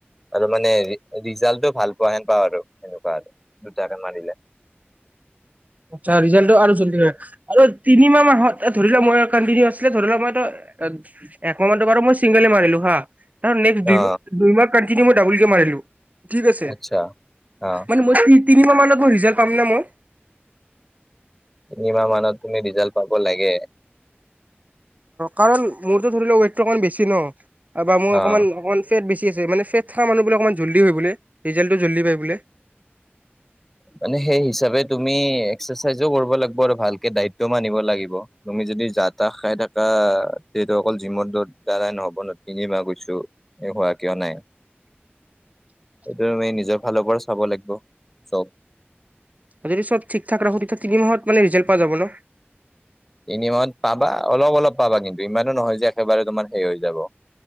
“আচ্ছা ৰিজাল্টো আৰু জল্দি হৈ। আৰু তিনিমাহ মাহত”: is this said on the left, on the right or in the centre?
Right